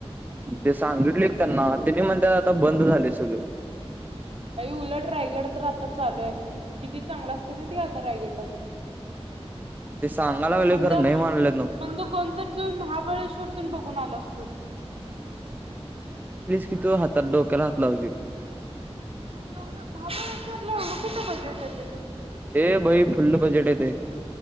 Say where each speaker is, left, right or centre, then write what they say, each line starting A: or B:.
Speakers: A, on the right; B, on the right.
A: ते सांगितलोय कि त्यांना तेनी म्हणत्यात आता बंद झालंय सगळं.
B: अई उलट रायगड तर आता चालू आहे आणि किती चांगल‌ असतेय माहिती आहे का आता रायगडला तर.
A: ते सांगा लागले
B: मंद
A: खरं नाही
B: ह
A: मानल्यात नव्हते
B: मंदा कोणतर जाऊन महाबळेश्वर कोट तेन बघून आलो असतो.
A: कितवं हातात डोक्याला हात लावशील
B: एवढं महाबळेश्वरला एवढं कुठं बजेट येतयं खरं?
A: ए बाई फुल्ल बजेट येते